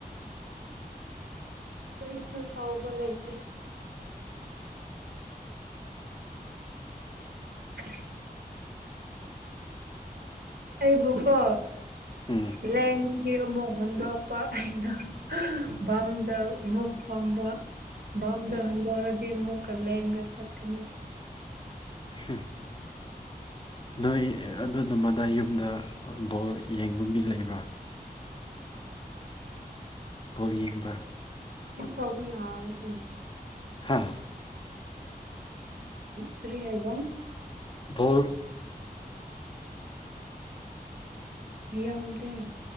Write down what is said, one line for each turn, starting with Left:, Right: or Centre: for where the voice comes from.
Right: ꯇꯔꯤ ꯁꯁ ꯎꯕ ꯂꯥꯏꯇꯦ <inaudible> ꯑꯩꯕꯨꯀꯣ
Left: ꯎꯝ
Right: ꯂꯦꯡꯒꯤ ꯑꯃꯨꯛ ꯍꯨꯟꯗꯣꯛꯄꯥ ꯑꯩꯅ ꯕꯝꯗꯥ ꯑꯃꯨꯛ ꯐꯝꯕ ꯝꯗ ꯍꯟꯖꯔꯗꯤꯃꯣ ꯀꯜꯂ ꯍꯒ ꯆꯀꯅꯤ
Left: ꯎ ꯅꯣꯏ ꯑꯗꯨ ꯅꯃꯗꯥ ꯌꯨꯝꯗ ꯕꯣꯜ ꯌꯦꯡꯕ ꯃꯤ ꯂꯩꯕ꯭ꯔꯥ ꯄꯣꯂꯤ ꯌꯦꯡꯕ
Right: ꯇ ꯌꯥꯔꯦ
Left: ꯍꯥ
Right: ꯀꯔꯤ ꯍꯥꯏꯕ
Left: ꯕꯣꯜ
Right: ꯌꯥꯝꯗꯦ